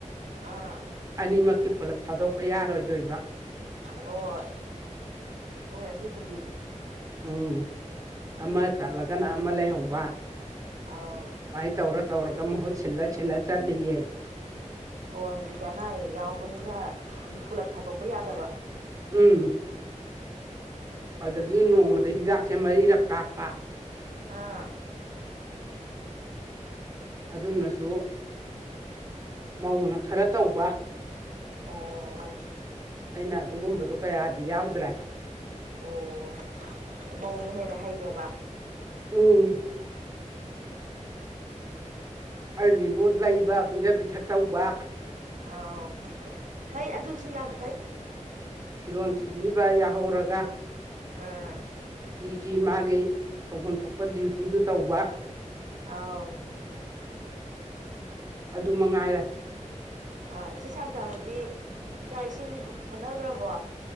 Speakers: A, on the right; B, on the right.
A: ꯑꯥ
B: ꯑꯅꯤꯃꯛꯇꯤ ꯄꯨꯂꯞ ꯊꯥꯗꯣꯛꯄ ꯌꯥꯔꯣꯏꯗꯣꯏꯕ
A: ꯍꯣꯏ ꯍꯣꯏ ꯑꯗꯨꯕꯨꯗꯤ
B: ꯎꯝ ꯑꯃ ꯀꯠꯂꯒꯅ ꯑꯃ ꯂꯩꯍꯧꯕ
A: ꯑꯥꯎ
B: ꯁꯨꯃꯥꯏꯅ ꯇꯧꯔ ꯇꯧꯔꯒ ꯃꯍꯨꯠ ꯁꯤꯜꯂ ꯁꯤꯜꯂꯒ ꯆꯠꯂꯤꯌꯦ
A: ꯍꯣꯏ ꯍꯧꯖꯤꯛꯇꯤ ꯑꯅꯥ ꯑꯌꯦꯛ ꯌꯥꯎꯕꯅꯤꯅ ꯄꯨꯂꯞ ꯊꯥꯗꯣꯛꯄ ꯌꯥꯗꯕ
B: ꯎꯝ ꯑꯗꯒꯤ ꯅꯣꯡꯃꯗ ꯍꯤꯗꯥꯛꯁꯦ ꯃꯔꯤꯔꯛ ꯀꯥꯞꯄ
A: ꯑꯥ
B: ꯑꯗꯨꯅꯁꯨ ꯃꯧꯅ ꯈꯔ ꯇꯧꯕ
A: ꯑꯣ
B: ꯑꯩꯅ ꯑꯗꯨꯒꯨꯝꯕꯗꯨꯣ ꯀꯌꯥꯁꯤ ꯌꯥꯎꯗ꯭ꯔꯦ
A: ꯑꯣ ꯃꯧꯅ ꯍꯦꯟꯅ ꯍꯩꯌꯦꯕ
B: ꯎꯝ ꯑꯩꯒꯤꯕꯨ ꯂꯩꯕ ꯄꯤꯖ ꯄꯤꯊꯛ ꯇꯧꯕ
A: ꯑꯥꯎ ꯐꯩ ꯑꯗꯨꯁꯨ ꯌꯥꯝ ꯐꯩ
B: ꯐꯤꯔꯣꯟ ꯁꯨꯝꯕꯤꯕ ꯌꯥꯍꯧꯔꯒ
A: ꯑꯥ
B: ꯒꯤ ꯃꯥꯒꯤ ꯇꯧꯐꯝ ꯊꯣꯛꯄ ꯗ꯭ꯌꯨꯇꯤꯗꯨ ꯇꯧꯕ
A: ꯑꯥꯎ
B: ꯑꯗꯨ ꯃꯉꯥꯏꯔꯦ
A: ꯑ ꯏꯆꯦ ꯁꯥꯟꯇꯕꯨꯗꯤ ꯏꯥꯛ ꯏꯁꯤꯡ ꯍꯣꯠꯅꯈ꯭ꯔꯕꯣ